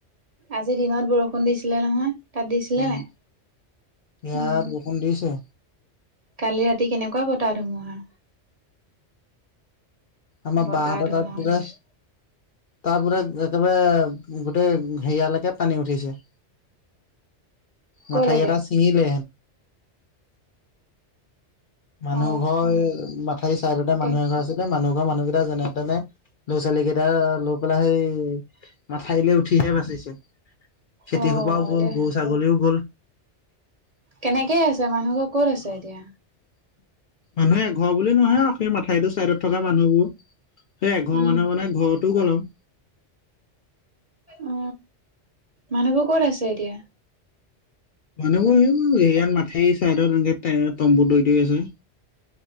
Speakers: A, on the right; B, on the left.
A: আজি দিনত বৰষুণ দিছিলে নহয় তাত দিছিলে
B: উম,
A: নাই,
B: ইয়াত
A: উম।
B: বৰষুণ দিছে।
A: কালি ৰাতি, কেনেকুৱা বতাহ ধুমুহা।
B: আমাৰ
A: বতাহ
B: বা হতৰ
A: ধুমুহা
B: তাত বোলে,
A: দিছে
B: তাত বোলে, একেবাৰে গোটেই হেৰিয়ালৈকে পানী উঠিছে।
A: কলৈকে
B: মাথাউৰি এটা ছিঙিলে। মানুহ
A: অ
B: ঘৰ মাথাউৰি চাইডতে
A: এতিয়া
B: মানুহ এঘৰ আছিলে মানুহ, ৰ মানুহ কেইটা যেনে তেনে ল'ৰা-ছোৱালী কেইটা লৈ পেলাই, সেই মাথাউৰিলৈ উঠিহে বাচিছে। খেতি
A: অ
B: খোপাও গ'ল,
A: এতিয়া
B: গৰু ছাগলীও গ'ল।
A: কেনেকে আছে, মানুহ বোৰ ক'ত আছে এতিয়া?
B: মানুহ এঘৰ বুলি নহয় আৰু সেই মাথাউৰিটো চাইডত থকা মানুহবোৰ। সেই এঘৰ
A: উম
B: মানুহ মানে ঘৰতো গ'ল আৰু।
A: অ মানুহ বোৰ ক'ত আছে এতিয়া?
B: মানুহবোৰ, এইবোৰ হেৰিয়াত মাথাউৰি চাইদত এনেকে তম্বু তৰি তৰি আছে।